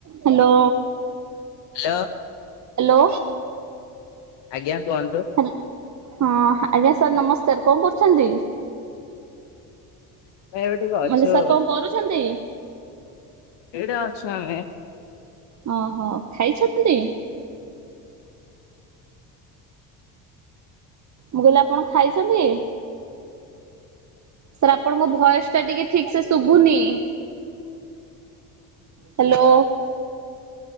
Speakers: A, on the right; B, on the left.
A: Hello.
B: Hello.
A: Hello.
B: ଆଜ୍ଞା କୁହନ୍ତୁ।
A: Hello ହଁ ଆଜ୍ଞା ସାର୍ ନମସ୍କାର କଣ କରୁଛନ୍ତି?
B: ଭାଇ ଏବେ ଟିକେ
A: <unintelligible>
B: ଅଛୁ
A: ସାର୍ କଣ କରୁଛନ୍ତି?
B: ଏଇଟା ଅଛୁ ଆମେ।
A: ଅ ହ ଖାଇଛନ୍ତି? ମୁଁ କହିଲି ଆପଣ ଖାଇଛନ୍ତି? ସାର୍ ଆପଣଙ୍କ ଭୟସ ଟା ଟିକେ ଠିକ ସେ ଶୁଭୁନି। ହ୍ୟାଲୋ